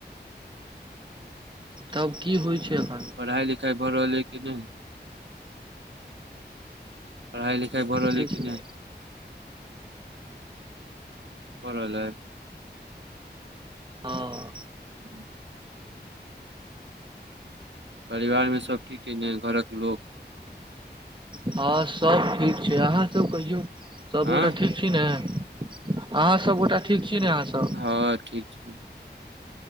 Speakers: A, on the right; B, on the right.
A: तब की होइ छै एखन?
B: पढ़ाई-लिखाई भऽ रहल अइ कि नै? पढ़ाई-लिखाई भऽ रहल
A: ठीक
B: अइ कि
A: छै
B: नै? भऽ रहल अइ।
A: हँ।
B: हूं परिवार में सब ठीक अयने घरक लोक?
A: हँ सब ठीक छै आहाँ सब कहियौ सबगोटा
B: आँ
A: ठीक? छी ने आहाँ सबगोटा ठीक छी ने आहाँ सब?
B: हँ ठीक छी।